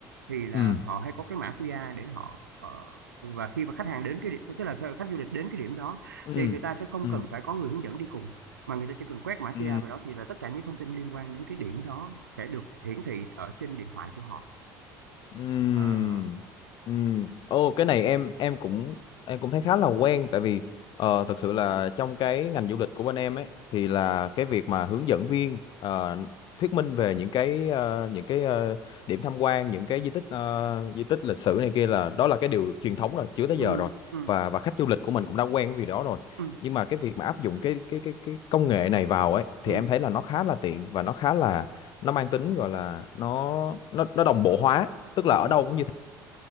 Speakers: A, on the right; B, on the left.
A: thì là
B: ừ
A: họ hay có cái mã QR để họ ờ, và khi mà khách hàng đến cái điểm tức là khách khách du lịch đến cái điểm đó
B: ừ
A: thì người ta sẽ không
B: ừ
A: cần phải có người hướng dẫn đi cùng mà người ta chỉ cần quét mã QR
B: ừ
A: vào đó thì là tất cả những thông tin liên quan đến cái điểm đó sẽ được hiển thị ở trên điện thoại của họ
B: Ừm,
A: À,
B: ừm. Ô cái này em em cũng em cũng thấy khá là quen tại vì ờ, thực sự là trong cái ngành du lịch của bên em ấy thì là cái việc mà hướng dẫn viên ờ, thuyết minh về những cái ờ, những cái ờ, điểm tham quan những cái di tích ờ, di tích lịch sử này kia là đó là cái điều truyền thống rồi trước tới
A: ừ,
B: giờ rồi
A: ừ,
B: và và khách du lịch của mình cũng đã quen với việc đó rồi
A: ừ,
B: nhưng mà cái việc mà áp dụng cái cái cái cái công nghệ này vào ấy thì
A: ừ,
B: em thấy là nó khá là tiện và nó khá là nó mang tính gọi là nó nó nó đồng bộ hóa tức là
A: ừ,
B: ở
A: ừ,
B: đâu cũng như